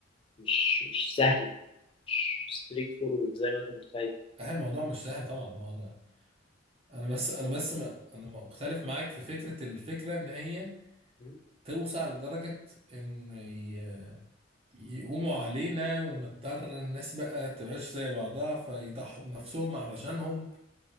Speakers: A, on the left; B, on the right.
A: مش مش سهل مش ستريت فورورد زي ما انت متخيل
B: آه، الموضوع مش سهل طبعا هو انا انا بس انا بس ما انا مختلف معاك في فكره الفكره ان هي
A: م?
B: توسع لدرجه ان ي- يقوموا علينا ونضطر الناس بقى تبقاش زي بعضها فيضحوا بنفسهم علشانهم